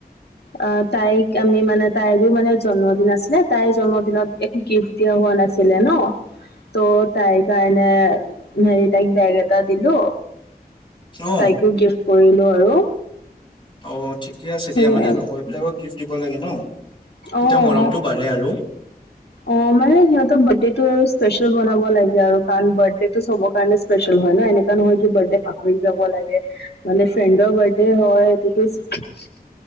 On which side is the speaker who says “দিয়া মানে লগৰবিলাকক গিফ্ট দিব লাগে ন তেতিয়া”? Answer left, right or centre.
Left